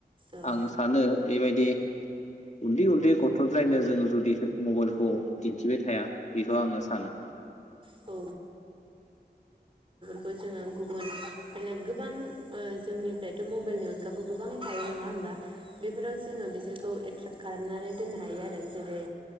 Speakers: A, on the right; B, on the left.
A: औ
B: आं सानो बेबायदि उन्दै-उन्दै गथ'। फ्रायनो जोङो जुदि मबाइलखौ दिन्थिबाय थाया बेखौ आङो सानो।
A: औ बे खौ जोङो गुबुन बेलेग गोबां जोंनिफ्रायथ' मबाइलनि अनगााबो गोबां थायो नङा होमबा बेफोराव जोङो बिसोरखौ एट्राेक्ट खालामनानै दोननो हायो आरो। जेरै